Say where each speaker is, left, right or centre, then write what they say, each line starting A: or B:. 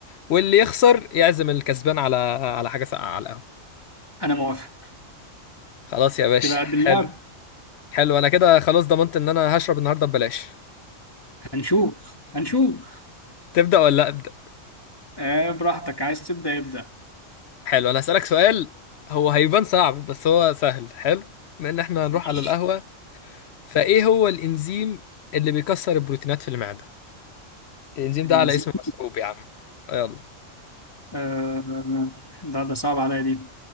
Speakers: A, on the left (about 60°); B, on the left (about 20°).
A: واللي يخسر يعزم الكسبان على على حاجه ساقعه على القهوه
B: انا موافق
A: خلاص يا باشا
B: هتبقى
A: حلو
B: قد اللعب
A: حلو انا كده خلاص ضمنت ان انا هشرب النهارده ببلاش
B: هنشوف هنشوف
A: تبدأ ولا ابدأ
B: آه براحتك عايز تبدا يبدا
A: حلو انا هسألك سؤال هو هيبان صعب بس هو سهل حلو بما ان احنا هنروح
B: ماشي
A: على القهوه فايه هو الانزيم اللي بيكسر البروتينات في المعده الانزيم
B: الانزيم
A: ده على اسم مشروب يا عم آه يلا
B: آه ده ده صعب عليا دي